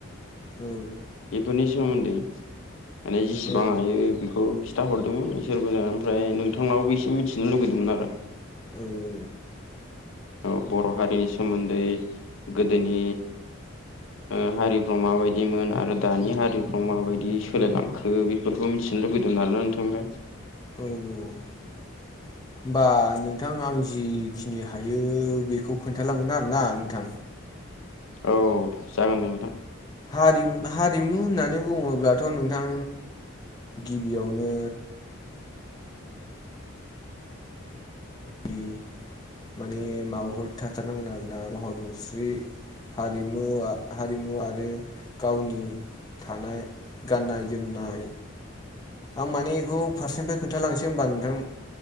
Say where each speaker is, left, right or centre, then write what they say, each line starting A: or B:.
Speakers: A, on the left; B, on the left.
A: औ
B: बेफोरनि सोमोन्दै माने जेसेबां
A: औ
B: हायो बेखौ खिथाहरदोंमोन बिसोरबो ओमफ्राय नोंथांनावबो एसे मिथिनो लुगैदोंमोन आरो
A: औ
B: औ बर' हारिनि सोमोन्दै गोदोनि ओ हारिफ्राव माबायदिमोन आरो दानि हारिफ्राव माबायदि सोलायलांखो बे बेफोरखौ मिथिनो लुबैदोंमोन आरोना नोंथांनिफ्राय
A: औ औ होनोमबा नों नोंथां आं जिखिनि हायो बेखौ खोन्थालांगोन आरोना नोंथां
B: औ जागोन दे नोंथां
A: हारिम हारिमु होननानै बुङोब्लाथ' नोंथां गिबियावनो गावनि माने माबाफोर थाथारनांगोन आरोना महर मुस्रि हारिमु आ हारिमु आरो गावनि थानाय गाननाय जोमनाय आं माने बेखौ फारसेनिफ्राय खोन्थालांसै होमबा नोंथां